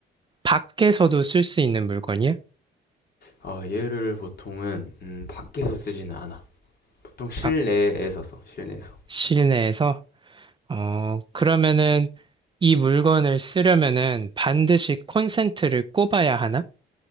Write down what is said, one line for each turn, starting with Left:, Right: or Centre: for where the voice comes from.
Right: 밖에서도 쓸 수 있는 물건이야?
Left: 어, 얘를 보통은, 음, 밖에서 쓰지는 않아. 보통 실내에서
Right: 밖
Left: 써, 실내에서.
Right: 실내에서? 어, 그러면은 이 물건을 쓰려면은 반드시 콘센트를 꼽아야 하나?